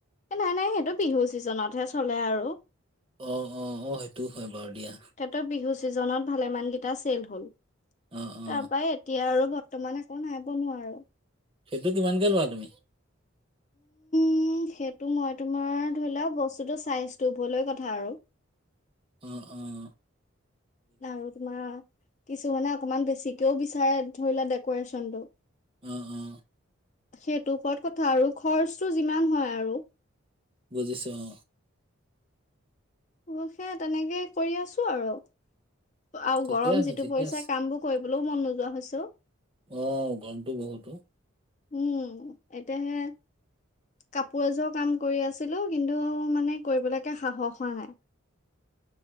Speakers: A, on the left; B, on the right.
A: নাই নাই সেইটো বিহু চিজনতহে চলে আৰু
B: অ অ অ সেইটোও হয় বাৰু দিয়া
A: তেহঁৰ বিহু ছিজনত ভালেমানকেইটা চেল হল তাৰ
B: অ অ
A: পৰাই এতিয়া আৰু বৰ্তমান একো নাই বনোৱা আৰু
B: সেইটো কিমানকে লোৱা তুমি
A: উম সেইটো মই তোমাৰ ধৰি লোৱা বস্তুতটো চাইজটো লৈ কথা আৰু
B: উম উম
A: আৰু তোমাৰ কিছু মানে অকমান বেছিকেও বিচাৰে ধৰি লোৱা ডেক'ৰেচন টো
B: উও উও
A: সেইটো ওপৰত কথা আৰু খৰচটো যিমান হয় আৰু
B: বুজিছো অ
A: অৱশ্যে তেনেকে কৰি আছোঁ আৰু আৰু
B: ঠিকে
A: গৰম
B: আছে
A: যিটো
B: ঠিকে
A: পৰিছে
B: আছে
A: কামবোৰ কৰিবলৈও মন নোযোৱা হৈছে
B: অ গৰমটো বহুতো
A: উম! এতিয়াহে কাপোৰ এজোৰ কাম কৰি আছিলো কিন্তু মানে কৰিবলৈকে সাহস হোৱা নাই
B: <inaudible>